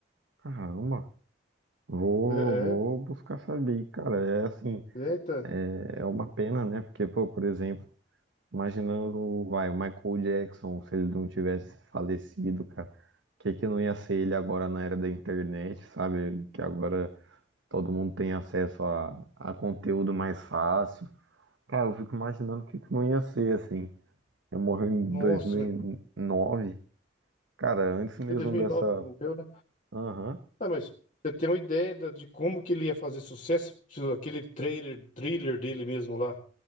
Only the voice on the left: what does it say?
É, é,
é, eita,
nossa,
mas
foi em 2009
que ele morreu, né?
Ah, mas você tem uma ideia da- de como que ele ia fazer sucesso? Aquele trailer, thriller dele mesmo lá.